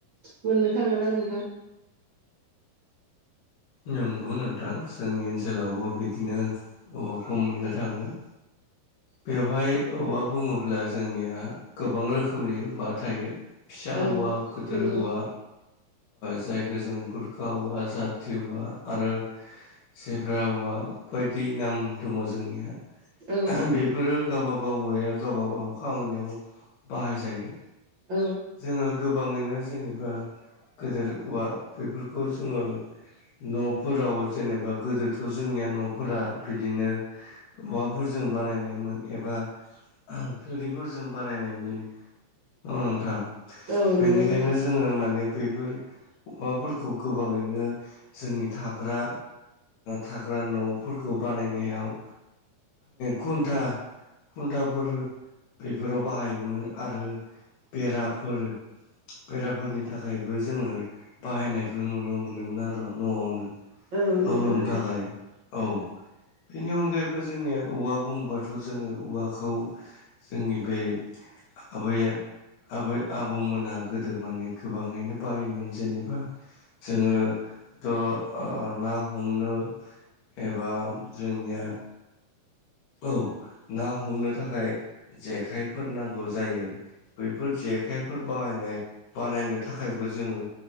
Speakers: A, on the right; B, on the left.
A: मोननो थाङोना नोंथां
B: नंगौ नोंथां जोंनि ओनसोलावबो बिदिनो औवाखौ मोननो थाङो बेयावहाय औवा बुङोब्ला जोंनिया गोबां रोखोमनि औवा थायो फिसा
A: औ
B: औवा गिदिर
A: नंगौ
B: औवा जायखौ जों बुरखा औवा जाथि औवा आरो जेब्रा औवा बायदि नाम दङ जोंनिया
A: औ
B: बेफोरो गावबा गाव औवाया गावबा गाव खामानियाव बाहायजायो
A: औ
B: जोङो गोबाङैनो जेनेबा गेदेर औवा बेफोरखौ जोङो न'फोराव जेनेबा गोदोथ' जोंनिया न'फोरा बिदिनो औवाफोरजों बानायनायमोन एबा थोरिफोरजों बानायनायमोन ओ नोंथां
A: औ
B: बेनिखायनो
A: नंगौ नोंथां
B: जोङो माने बेफोर औवाफोरखौ गोबाङैनो जोंनि थाग्रा थाग्रा न'फोरखौ बानायनायाव खोन्था खुन्थाफोर बेफोराव बाहायोमोन आरो बेराफोर बेराफोरनि थाखायबो जोङो बाहायनायखौ नुनो मोनोमोन आरो न'आवनो
A: औ
B: आावलनो
A: नंगौ नोंथां
B: थाखाय औ बेनि अनगायैबो जोंनिया औवा बुंबाथ' जोङो औवाखौ जोंनि ब आबै आब आबौमोना गोदो माने गोबाङैनो बायोमोन जेनेबा जोङोथ' ना हमनो एबा जोंनिया औ ना हमनो थाखाय जेखाइफोर नांगौ जायो बैफोर जेखाइफोर बाहायनाय बानायनो थाखायबो जोङो